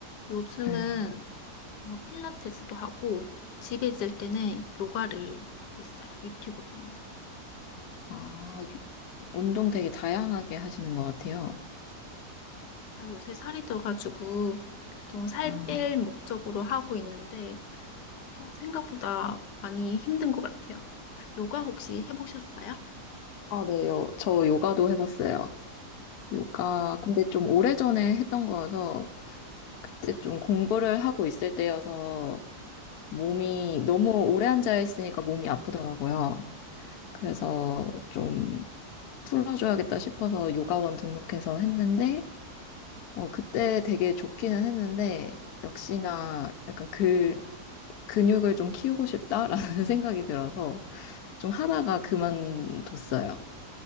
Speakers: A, on the left; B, on the left.
A: 요즘은
B: 네.
A: 어, 필라테스도 하고 집에 있을 때는 요가를 하고 있어요. 유튜브 보면서.
B: 아, 유- 운동 되게 다양하게 하시는 것 같아요.
A: 나 요새 살이 쪄가지고 좀 살
B: 아,
A: 뺄 목적으로 하고 있는데 어, 생각보다 많이 힘든 것 같아요. 요가 혹시 해보셨어요?
B: 아, 네. 요, 저 요가도 해봤어요. 요가, 근데 좀 오래전에 했던 거여서, 그때 좀 공부를 하고 있을 때여서, 몸이, 너무 오래 앉아 있으니까 몸이 아프더라고요. 그래서 좀 풀어줘야겠다 싶어서 요가원 등록해서 했는데, 어, 그때 되게 좋기는 했는데, 역시나 약간 그 근육을 좀 키우고 싶다라는 <laughs> 생각이 들어서 좀 하다가 그만뒀어요.